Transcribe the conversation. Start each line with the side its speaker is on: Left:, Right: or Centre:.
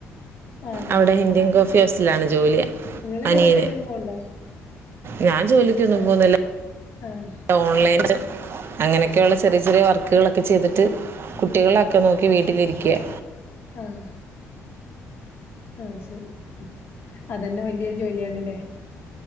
Left: ആഹ്
Right: അവിടെ ഇന്ത്യൻ കോഫി ഹൗസിലാണ് ജോലി
Left: നിങ്ങള്
Right: അനിയന്.
Left: ജോലിക്ക് എന്തേലും പോവ്ണ്ടോ
Right: ഞാൻ ജോലിക്കൊന്നും
Left: ആഹ്
Right: പോകുന്നില്ല.
Left: ആഹ്
Right: ഓൺലൈ അങ്ങനെയൊക്കെയുള്ള ചെറിയ ചെറിയ വർക്കുകൾ ഒക്കെ ചെയ്തിട്ട് കുട്ടികളെയൊക്കെ നോക്കി വീട്ടിൽ ഇരിക്ക്ക-
Left: ആഹ് ആ ശരി അത് തന്നെ വലിയൊരു ജോലി ആണില്ലേ